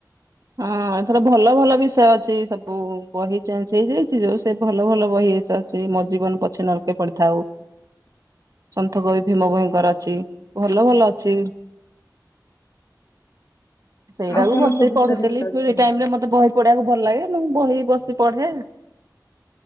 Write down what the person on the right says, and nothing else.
ହଁ ଏଥର ଭଲ ଭଲ ବିଷୟ ଅଛି ସବୁ ବହି ଚେଞ୍ଜ ହେଇଯାଇଛି ଯୋଉ ସେ ଭଲ ଭଲ ବହି ଏସ ଛି ମୋ ଜୀବନ ପଛେ ନର୍କେ ପଡିଥାଉ। ସନ୍ଥ କବି ଭୀମ ଭଇଙ୍କର ଅଛି ଭଲ ଭଲ ଅଛି। <inaudible> ସେଇଟାକୁ
ବସିକି
ପଢୁଥିଲି
ଫ୍ରି
ଟାଇମ ରେ ମତେ ବହି ପଢିବାକୁ ଭଲ ଲାଗେ ମୁଁ ବହି ବସି ପଢେ।